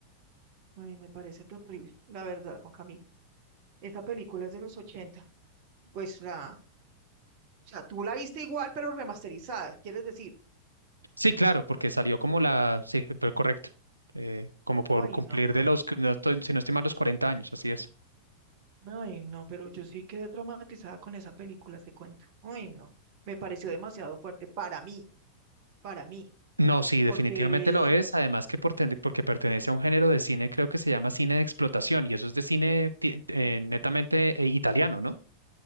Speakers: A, on the right; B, on the right.
A: Ay, me parece terrible, la verdad, Juan Camilo. Esa película es de los 80. pues la, o sea, tú la viste igual, pero remasterizada, ¿quieres decir?
B: Sí, claro, porque salió como la... Sí, pero correcto. Eh, como por
A: Ay,
B: cumplir
A: no,
B: de
A: a mí,
B: los, si no estoy- si no estoy mal, los 40 años, así es.
A: ay, no, pero yo sí quedé traumatizada con esa película, te cuento. Ay, no, me pareció demasiado fuerte para mí, para mí,
B: No, sí, definitivamente
A: porque,
B: lo es. Además que por ten- porque pertenece a un género de cine, creo que se llama cine de explotación, y eso es de cine ti- eh,
A: mm,
B: netamente eh, italiano, ¿no?